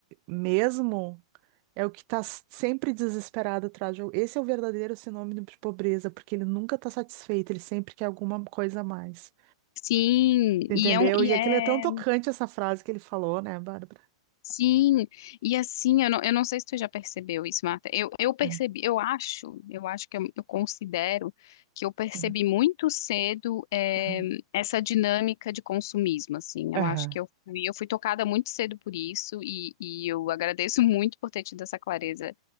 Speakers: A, on the right (about 45°); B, on the left (about 60°).
A: mesmo é o que está sempre desesperado atrás de. al- Esse é o verdadeiro sinônimo de pobreza, porque ele nunca está satisfeito, ele sempre quer alguma coisa a mais.
B: Sim,
A: Entendeu?
B: e é um, e
A: E
B: é,
A: aquilo é tão tocante essa frase que ele falou, né, Bárbara?
B: sim, e assim, eu não, eu não sei se tu já percebeu isso, Marta. Eu, eu percebi,
A: É,
B: eu acho, eu acho que eu, eu considero que eu percebi
A: é.
B: muito cedo eh,
A: Aham,
B: essa dinâmica de consumismo, assim.
A: aham,
B: Eu acho que eu fui, eu fui tocada muito cedo por isso e, e eu agradeço <laughs> muito por ter tido essa clareza